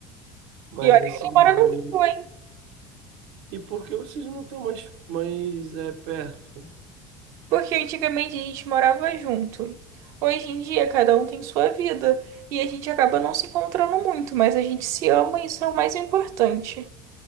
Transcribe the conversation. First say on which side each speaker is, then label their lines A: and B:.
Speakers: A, on the right (about 65°); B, on the right (about 50°).
A: Mas
B: E olha
A: esse
B: que ele mora no
A: ânimo.
B: Rio, hein?
A: E por que vocês não estão mais, mais é, perto?
B: Porque antigamente a gente morava junto. Hoje em dia, cada um tem sua vida. E a gente acaba não se encontrando muito, mas a gente se ama e isso é o mais importante.